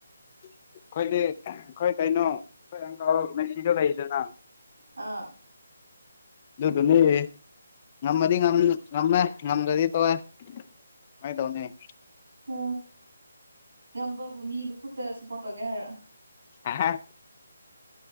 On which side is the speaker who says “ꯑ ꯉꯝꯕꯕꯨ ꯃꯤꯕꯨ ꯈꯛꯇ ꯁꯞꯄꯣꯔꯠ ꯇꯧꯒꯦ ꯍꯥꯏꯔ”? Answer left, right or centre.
Right